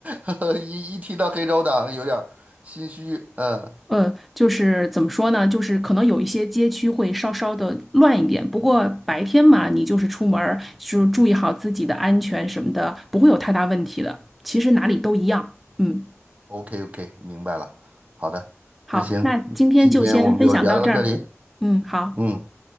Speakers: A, on the right; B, in the centre.
A: <laughs> 一一提到黑手党，有点儿心虚。嗯
B: 呃，就是怎么说呢？就是可能有一些街区会稍稍的乱一点，不过白天嘛，你就是出门儿，就是注意好自己的安全什么的，不会有太大问题的。其实哪里都一样。嗯，
A: ，OK OK，明白了。好的，
B: 好，
A: 那行，
B: 那今天就先分享到这儿。
A: 今天我们就聊到这里。
B: 嗯，好，
A: 嗯，